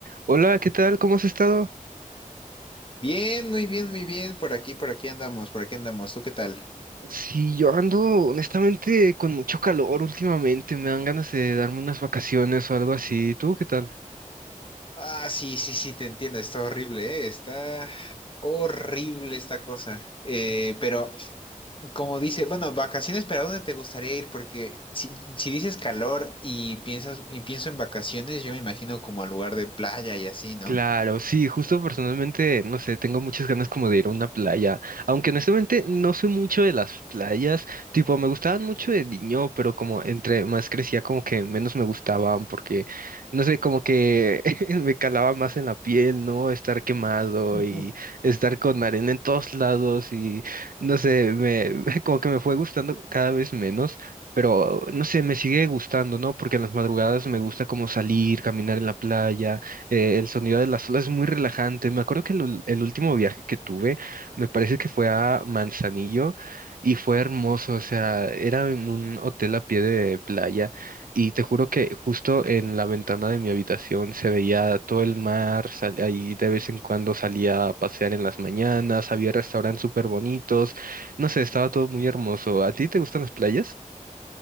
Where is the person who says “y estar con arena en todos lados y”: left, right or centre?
Right